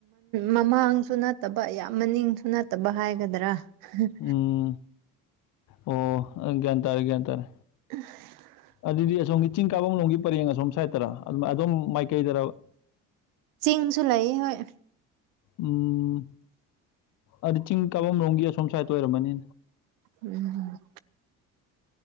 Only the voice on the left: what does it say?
ꯎꯝ ꯑꯣ ꯑꯩ ꯒ꯭ꯌꯥꯟ ꯇꯥꯔꯦ ꯒ꯭ꯌꯥꯟ ꯇꯥꯔꯦ
ꯑꯗꯨꯗꯤ ꯑꯁꯣꯝꯒꯤ ꯆꯤꯡ ꯀꯥꯐꯝꯂꯣꯝꯒꯤ ꯄꯔꯦꯡ ꯑꯁꯣꯝ ꯁ꯭ꯏꯠꯇꯔ ꯑꯗꯨ ꯑꯗꯨꯝ ꯃꯥꯏꯀꯩꯗꯔꯕ
ꯎꯝ ꯑꯗꯤ ꯆꯤꯡ ꯀꯥꯕꯝ ꯂꯣꯝꯒꯤ ꯑꯁꯣꯝ ꯁꯥꯏꯏꯠꯇ ꯑꯣꯏꯔꯃꯅꯤ